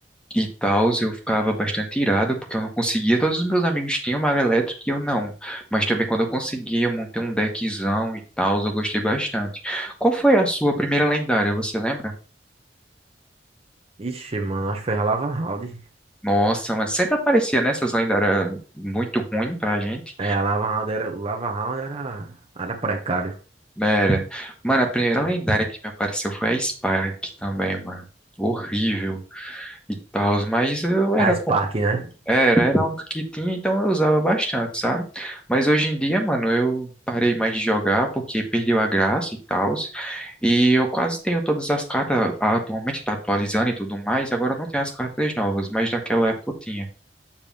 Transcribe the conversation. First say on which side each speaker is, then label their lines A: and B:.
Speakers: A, in the centre; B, on the right.
A: e tal, eu ficava bastante irado, porque eu não conseguia. Todos os meus amigos tinham mago elétrico e eu não. Mas também quando eu consegui, eu montei um deckzão e tal, eu gostei bastante. Qual foi a sua primeira lendária, você lembra?
B: Ixi, mano, acho que foi a Lava Round.
A: Nossa, mas sempre aparecia né essas lendárias muito ruim pra gente.
B: É, a Lava Round era, o Lava Round era, era precário.
A: Era. Mano, a primeira lendária que me apareceu foi a Spark também, mano. Horrível e tal, mas eu era
B: A Spark, né?
A: Era, era um que tinha, então eu usava bastante, sabe? Mas hoje em dia, mano, eu parei mais de jogar porque perdeu a graça e tal. E eu quase tenho todas as cartas, atualmente tá atualizando e tudo mais, agora não tem as cartas novas, mas daquela época eu tinha.